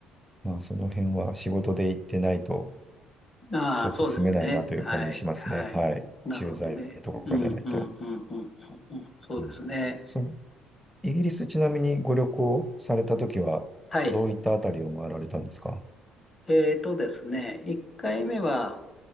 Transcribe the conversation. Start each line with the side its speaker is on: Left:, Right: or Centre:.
Centre: まあその辺は仕事で行ってないと
Left: ああ、
Centre: ちょっと住めないなという感じしますね。
Left: そうですね。はい、はい。
Centre: はい。
Left: なるほどね。
Centre: 駐在とかじゃないと。
Left: うん、うん、うん、うん、うん、うんそうですねえなるほどうんなるほどあ
Centre: うんその、イギリスちなみにご旅行されたときはどういったあたりを回られたんですか
Left: あそうですねはい。えーとですね、1回目は、